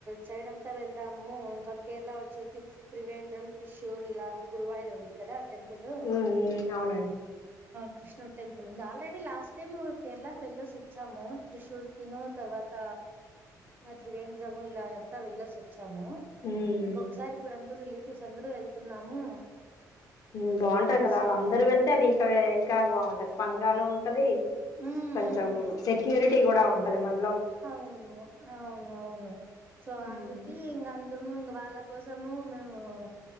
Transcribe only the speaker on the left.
ఉమ్ ఉమ్ అవునండి
ఉమ్
మ్మ్ బాంటది కదా
వాళ్ అందరు వెళ్తే అది ఇంకా వే ఇంకా బాంటది ఫన్గాను ఉంటది
కొంచం
సెక్యూరిట్ టీ గూడ ఉంటది మన్
ఉమ్